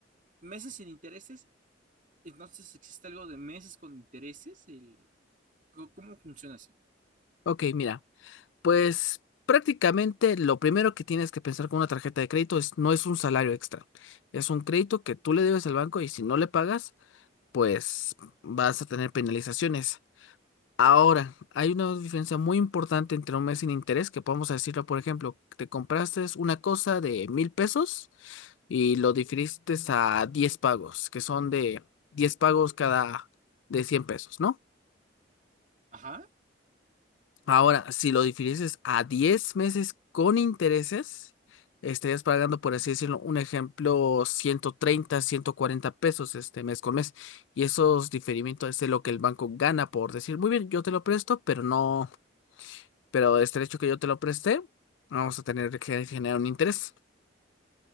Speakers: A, on the right; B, on the left.
A: meses sin intereses. Entonces, ¿existe algo de meses con intereses? El- ¿cómo cómo funciona eso?
B: Ok, mira, pues prácticamente lo primero que tienes que pensar con una tarjeta de crédito es no es un salario extra, es un crédito que tú le debes al banco y si no le pagas, pues vas a tener penalizaciones. Ahora, hay una diferencia muy importante entre un mes sin interés, que podemos decirlo, por ejemplo, te compraste una cosa de mil pesos y lo difiriste a 10 pagos, que son de 10 pagos cada de 100 pesos, ¿no?
A: ajá
B: Ahora, si lo difirieses a 10 meses con intereses, estarías pagando, por así decirlo, un ejemplo, ciento treinta, ciento cuarenta pesos este mes con mes. Y esos diferimientos es de lo que el banco gana por decir, muy bien, yo te lo presto, pero no, pero este hecho que yo te lo presté, vamos a tener que generar un interés.